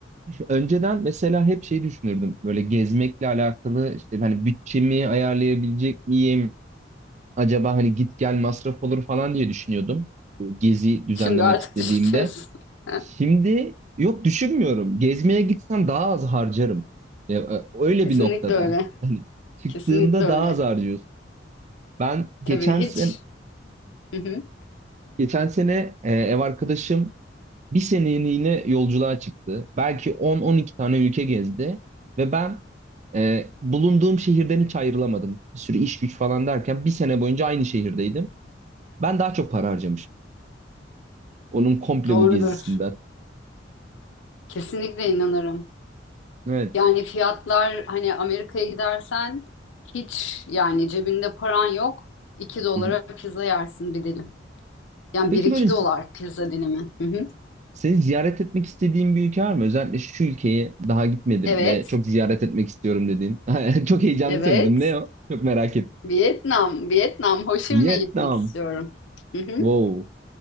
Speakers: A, on the right (about 40°); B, on the left (about 85°).
A: önceden mesela hep şey düşünürdüm. Böyle gezmekle alakalı işte hani bütçemi ayarlayabilecek miyim? Acaba hani git gel masraf olur falan diye düşünüyordum. Bu Gezi düzenlemek
B: Şimdi artık
A: istediğimde.
B: düşünüyorsun. <laughs> Ha,
A: Şimdi yok düşünmüyorum. Gezmeye gitsem daha az harcarım. Ya, e, öyle
B: Kesinlikle
A: bir noktada.
B: öyle.
A: Hani çıktığında
B: Kesinlikle öyle.
A: daha az harcıyorsun. Ben geçen
B: Tabii hiç.
A: sen
B: Hı hı.
A: geçen sene e, ev arkadaşım bir seneliğine yolculuğa çıktı. Belki on-on iki tane ülke gezdi ve ben e, bulunduğum şehirden hiç ayrılamadım. Bir sürü iş güç falan derken bir sene boyunca aynı şehirdeydim. Ben daha çok para harcamışım. Onun komple
B: Doğrudur.
A: bu gezisinden.
B: Kesinlikle inanırım.
A: Evet.
B: Yani fiyatlar hani Amerika'ya gidersen hiç yani cebinde paran yok. iki dolara
A: Hı-hı.
B: pizza yersin bir dilim. Yani
A: Peki
B: bir iki
A: böyle
B: dolar
A: z-
B: pizza dilimi. Hı hı.
A: seni ziyaret etmek istediğin bir ülke var mı? Özellikle şu ülkeyi daha gitmedim
B: Evet,
A: ve çok ziyaret etmek istiyorum dediğin. <laughs> Çok heyecanlı
B: evet.
A: söyledin. Ne o? Çok merak ettim.
B: Vietnam, Vietnam. Ho Chi
A: Vietnam.
B: Minh'e gitmek istiyorum. Hı hı.
A: Wow.